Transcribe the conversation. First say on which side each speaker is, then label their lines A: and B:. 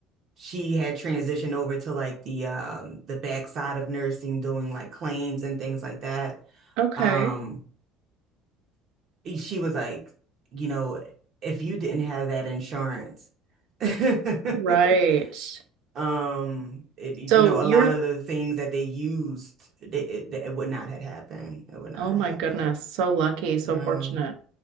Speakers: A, on the right; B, on the right.
A: she had transitioned over to like the um the backside of nursing doing like claims and things like that.
B: Okay.
A: Um e, she was like, you know, if you didn't have that insurance <laughs>
B: Right.
A: Um, it, you
B: So
A: know,
B: you're,
A: a lot of the things that they used, they, it, it would not have happened. It would not
B: oh
A: have
B: my
A: happened.
B: goodness, so lucky, so
A: Yeah.
B: fortunate.